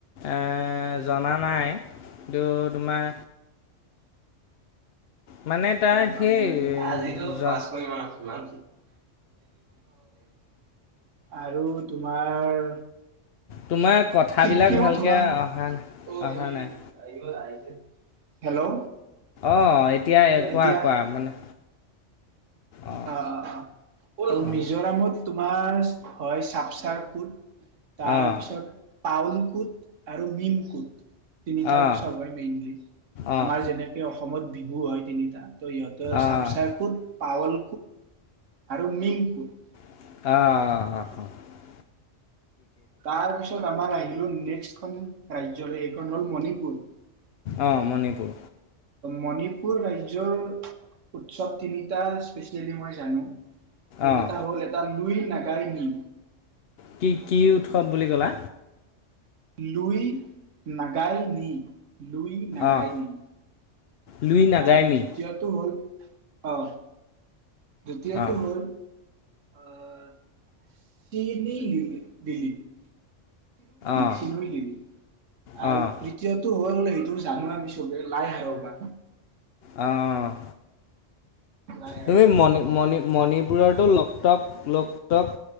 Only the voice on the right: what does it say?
ৰবা
মই আজিতো
পাচ কৰিম মান। আৰু তোমাৰ
ছিক্কিমত
হোৱা
অ'
সি
আহিব আহিছে। হেল্ল'।
এতিয়া
অ', অ', অ',
মিজোৰামত তোমাৰ হয় ছাপচাৰ ফুট। তাৰ
পিছত পাউল কুট আৰু মিম কুট। তিনিটা
উৎসৱ হয় মেইনলি,
আমাৰ যেনেকে অসমত। বিহু হয় তিনিটা। ত ইহতৰ ছাপচাৰ
কুত, পাওল। আৰু মিং কুট।
তাৰপিছত আমাৰ আহিলো নেক্স এখন ৰাজ্যলে এইখন হ'ল মণিপুৰ।
মণিপুৰ ৰাজ্যৰ উৎসৱ তিনিটা সেইকেইটা
হ'ল এটা লুই নাগাই ন।
লুই নাগাল নি লুই নাগায়
নি
আৰু দ্বিতীয়টো হ'ল? আহ দ্বিতীয়টো
হ'ল, <unintelligible> চিলিও লিলি
চিলিও লিলি
আৰু তৃতীয়তটো হ'ল? সেইটো জানো আমি চবে লাই হায়বা
লাই হাৰবা